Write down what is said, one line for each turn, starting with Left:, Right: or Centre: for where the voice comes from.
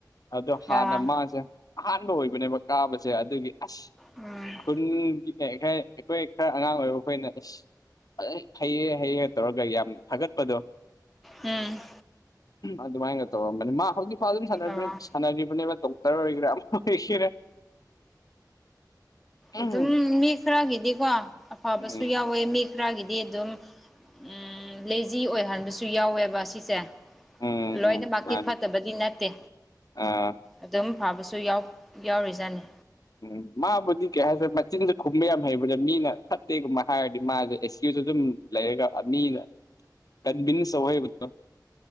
Left: ꯑꯗꯣ ꯍꯥꯟꯅ
Centre: ꯑꯥ
Left: ꯃꯥꯁꯦ ꯑꯍꯥꯟꯕ ꯑꯣꯏꯕꯅꯦꯕ ꯀꯥꯕꯁꯦ ꯑꯗꯨꯒꯤ ꯑ
Centre: ꯎꯝ
Left: ꯈꯨ <unintelligible> ꯑꯩꯈꯣꯏ ꯈꯔ ꯑꯉꯥꯡ ꯑꯣꯏꯕ ꯑꯩꯈꯣꯏꯅ ꯑꯁ ꯐꯖꯅ ꯍꯩ ꯍꯩꯌꯦ ꯇꯧꯔꯒ ꯌꯥꯝ ꯊꯥꯒꯠꯄꯗꯣ
Centre: ꯎꯝ
Left: ꯑꯗꯨꯃꯥꯏꯅ ꯇꯧꯔꯝꯕꯅꯤ ꯃꯥ ꯍꯧꯖꯤꯛꯐꯥꯎ ꯑꯗꯨꯝ
Centre: ꯑꯥ
Left: ꯁꯥꯟꯅꯔꯤꯕꯅꯦꯅꯧ ꯇ ꯑꯩꯒ꯭ꯔꯝ ꯏꯁꯦꯦ ꯎꯝ
Centre: ꯑꯗꯨꯝ ꯃꯤ ꯈꯔꯒꯤꯗꯤꯀꯣ ꯑꯐꯕꯁꯨ
Left: ꯎꯝ
Centre: ꯌꯥꯎꯋꯦ ꯃꯤ ꯈꯔꯒꯤꯗꯤ ꯑꯗꯨꯝ ꯎꯝ ꯂꯦꯖꯤ ꯑꯣꯏꯍꯟꯕꯁꯨ ꯌꯥꯎꯋꯦꯕ ꯁꯤ ꯁꯦ
Left: ꯎꯝ
Centre: ꯂꯣꯏꯅꯃꯛꯇꯤ
Left: ꯎꯝ ꯃꯥꯅꯤ
Centre: ꯐꯠꯇꯕꯗꯤ ꯅꯠꯇꯦ
Left: ꯑꯥ
Centre: ꯑꯗꯨꯝ ꯐꯥꯕꯁꯨ ꯌꯥꯎ ꯌꯥꯎꯔꯤꯖꯥꯠꯅꯤ
Left: ꯎꯝ ꯃꯥꯕꯨꯗꯤ ꯀꯩ ꯍꯥꯏꯁꯔꯦ ꯃꯆꯤꯟꯗ ꯈꯨꯝꯕ ꯌꯥꯝ ꯍꯩꯕꯗ ꯃꯤꯅ ꯐꯠꯇꯦꯒꯨꯝꯕ ꯍꯥꯏꯔꯗꯤ ꯃꯥꯁꯦ ꯑꯦꯁꯀ꯭ꯌꯨꯁ ꯑꯗꯨꯝ ꯂꯩꯔꯒ ꯃꯤꯅ ꯀꯟꯚꯤꯟꯁꯧꯍꯕꯗꯣ